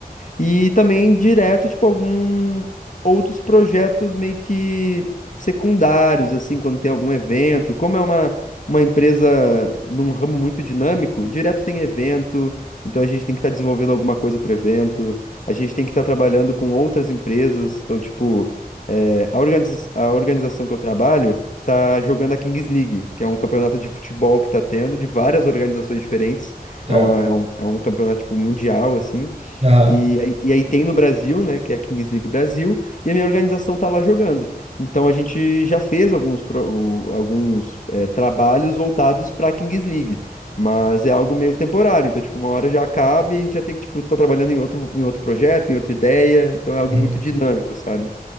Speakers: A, on the left (about 55°); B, on the right (about 40°).
A: E também direto, tipo, algum outros projetos meio que secundários, assim, quando tem algum evento. Como é uma, uma empresa num ramo muito dinâmico, direto tem evento, então a gente tem que estar desenvolvendo alguma coisa para o evento, a gente tem que estar trabalhando com outras empresas. Então, tipo, é, a organiza- a organização que eu trabalho tá jogando a Kings League, que é um campeonato de futebol que tá tendo, de várias organizações diferentes.
B: certo.
A: É uma, é um, é um campeonato, tipo, mundial, assim.
B: Aham.
A: E, aí e aí tem no Brasil, né, que é a Kings League Brasil, e a minha organização tá lá jogando. Então a gente já fez alguns, pro- o- alguns é, trabalhos voltados pra Kings League, mas é algo meio temporário. Então, tipo, uma hora já acaba e a gente já tem que, tipo, tá trabalhando em outro, em outro projeto, em outra ideia. Então é algo
B: Uhum.
A: muito dinâmico, sabe?